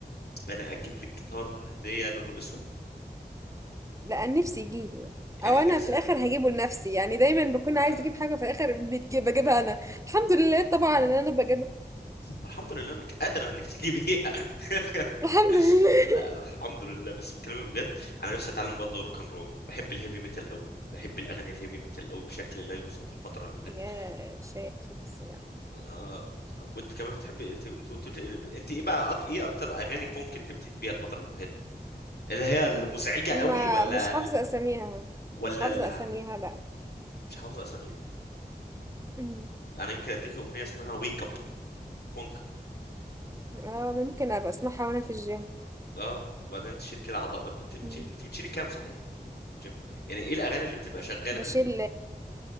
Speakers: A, on the left (about 75°); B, on the right (about 20°).
A: انا اجيب لك جيتار هدية لونه اسود
B: لا نفسي يجيلي
A: يعني
B: او انا
A: نفسي
B: في الاخر هجيبه لنفسي يعني دايما بكون
A: أ-
B: عايز اجيب حاجه في الاخر بتجي- بجيبها انا الحمد لله طبعا ان انا بجيبها
A: والحمد لله انك قادرة انك تجيبيها <laughs>
B: الحمد لله
A: لا الحمد لله بس بكلمك بجد انا نفسي اتعلم برضه روك اند رول بحب الهيفي ميتال قوي بحب الاغاني الهيفي ميتال قوي بشكل لا يوصف الفترة اللي
B: <laughs>
A: فاتت
B: يا شكل فظيع
A: آه، وانت كمان بتحبي انت انت قلت لي انت ايه بقى أك... ايه اكتر اغاني فونك انت بتحبيها الفترة اللي فاتت اللي هي المزعجة
B: ما
A: قوي ولا
B: مش حافظة أساميها مش
A: ولا
B: حافظة
A: ال...
B: أساميها لأ
A: مش حافظ اساميه
B: مم.
A: انا يمكن اديك اغنيه اسمها ويك اب بونك
B: اه ممكن أبقى أسمعها وأنا في الجيم
A: اه وبعدين تشيل كده عضل انت بتش...
B: مم.
A: انت بتشيلي كام صحيح في الجيم يعني ايه الاغاني اللي بتبقى شغاله
B: بشيل
A: في الجيم